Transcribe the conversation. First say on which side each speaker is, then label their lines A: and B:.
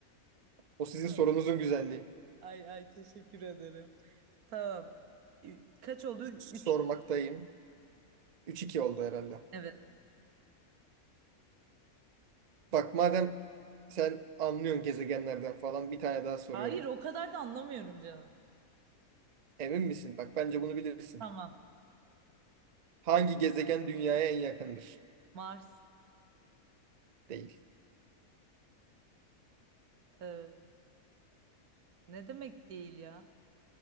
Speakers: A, on the right; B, on the right.
A: O sizin
B: <laughs>
A: sorunuzun güzelliği.
B: Ay ay teşekkür ederim. Tamam. Ü- Kaç oldu? Üç.
A: Sormaktayım. üç iki oldu herhalde.
B: Evet.
A: Bak madem sen anlıyorsun gezegenlerden falan bir tane daha soruyorum.
B: Hayır o kadar da anlamıyorum canım.
A: Emin misin? Bak bence bunu bilirsin.
B: Tamam.
A: Hangi gezegen dünyaya en yakındır?
B: Mars.
A: Değil.
B: Ee, ne demek değil ya?